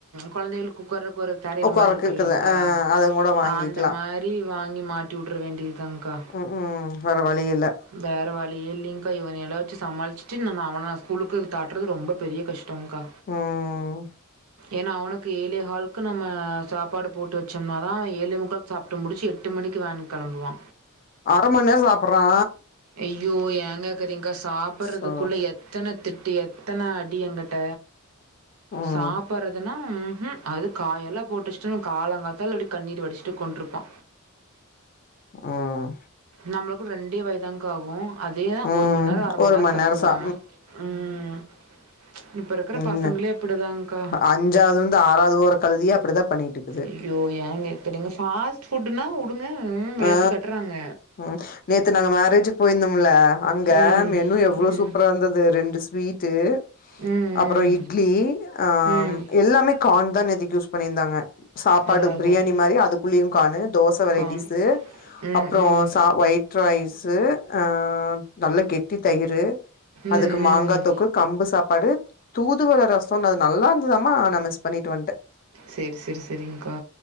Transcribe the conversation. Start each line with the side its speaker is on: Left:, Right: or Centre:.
Right: குழந்தைகளுக்கு உக்காரக்கு ஒரு கரியர்
Left: உக்காரக்கு
Right: மாரி இருக்குல்லங்கா
Left: இருக்குது ஆ அத கூட வாங்கிக்கலா
Right: அந்த மாரி வாங்கி மாட்டி வுட்டற வேண்டியதுதாங்க்கா
Left: ம் ம் வேற வழி இல்ல
Right: வேறு வழியே இல்லிங்கா இவனல்லா வச்சு சமாளிச்சிட்டு நம்ம அவன ஸ்கூலுக்கு காட்டுறது ரொம்ப பெரிய கஷ்டோ டோங்கா
Left: ம்
Right: ஏன்னா அவனுக்கு ஏழேஹாலுக்கு நம்ம சாப்பாடு போட்டு வச்சோம்னா தா அவெ ஏழே முக்கால் சாப்ட்டு முடிச்சு எட்டு மணிக்கு வேனுக் கிளம்புவா
Left: அர மண் நேரோ சாப்பட்றா
Right: அய்யோ ஏன்னே தெரிக்கா சாப்
Left: சோ
Right: அதுக்குள்ள எத்தன திட்டு எத்தன அடி எங்கிட்ட
Left: ம்
Right: சாப்பிறதுனா ம்ஹு அது காயெல்லா போட்டுவச்சுட்டோன்னா காலங்காத்தால இப்டி கண்ணீர் வடிச்சிட்டு உக்காந்துட்டுண்டுருப்பா
Left: ம்
Right: நம்மளுக்கு ரெண்டே வாய்தான்ங்கா ஆகு அதயே
Left: ம்
Right: ஒரு மண் நேரோ அர
Left: ஒரு
Right: மண் நேரோ சாப்பிடுவா
Left: சா
Right: அவ ம் இப்ப இருக்கிற
Left: உண்ம
Right: பசங்களே அப்டிதான்க்கா.
Left: அஞ்சாவ்துருந்து ஆறாவ்து போற கழுதயே அப்படிதா பண்ணிக்கிட்ருக்
Right: ஐயோ ஏன் கேக்குறிங்க பாஸ்ட் ஃபுட்டுன்னா உடனே ம் வெளுத்து
Left: ஆ
Right: கட்றாங்க
Left: ம் நேத்து நாங்க மேரேஜ்க்கு போயிருந்தோம்ல அங்க
Right: ம்.
Left: மெனு எவ்ளோ
Right: ம்.
Left: சூப்பரா தந்தது ஒர் ரெண்டு ஸ்வீட்டு
Right: ம்.
Left: அப்புறோ
Right: ம்.
Left: இட்லி ஆ
Right: ம்.
Left: எல்லாமே கார்ன் தா நேத்துக்கு யூஸ் பண்ணியிருந்தாங்க சாப்பாடு
Right: அதான் அதான்.
Left: பிரியாணி மாரி அதுக்குள்ளயு கார்ன்னு தோச வெரைட்டிஸ்ஸு
Right: காணும். ம்.
Left: அப்றோ
Right: ம்.
Left: சா ஒயிட் ரைஸு ஆ நல்லா கெட்டி தயிரு அதுக்கு
Right: ம்.
Left: மாங்கா
Right: ம்.
Left: தொக்கு கம்பு சாப்பாடு தூதுவல ரசோன்னு அது நல்லா இருந்ததமா நா மிஸ் பண்ணிட்டு வந்ட்ட
Right: செரி செரி செரிங்க்கா